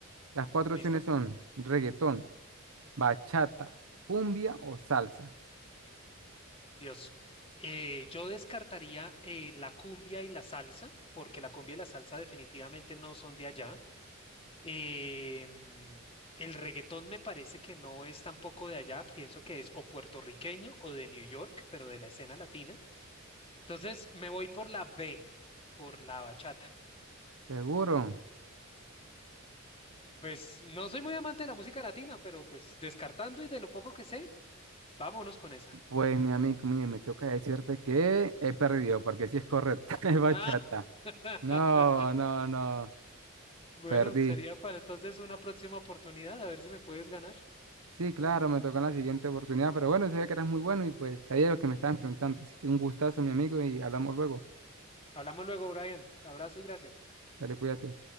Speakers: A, on the right; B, on the left.
A: Las cuatro
B: ¿Listo?
A: opciones son reggaetón, bachata, cumbia o salsa.
B: Dios. Eh, yo descartaría eh, la cumbia y la salsa, porque la cumbia y la salsa definitivamente no son de allá. Em, el reggaetón me parece que no es tampoco de allá, pienso que es o puertorriqueño o de New York, pero de la escena latina. Entonces me voy por la B, por la bachata.
A: ¿Seguro?
B: Pues no soy muy amante de la música latina, pero pues descartando y de lo poco que sé, vámonos con esa.
A: Pues mi amigo, mire, me toca decirte que he perdido, porque si es correcta, <laughs> es bachata.
B: Ah. <laughs>
A: No, no, no,
B: Bueno,
A: perdí.
B: sería para entonces una próxima oportunidad, a ver si me puedes ganar.
A: Sí, claro, me tocó en la siguiente oportunidad, pero bueno, sabía que eras muy bueno y pues sabía lo que me estaba enfrentando. Así que un gustazo, mi amigo, y hablamos luego.
B: Hablamos luego, Brian. Abrazo y gracias.
A: Dale, cuídate.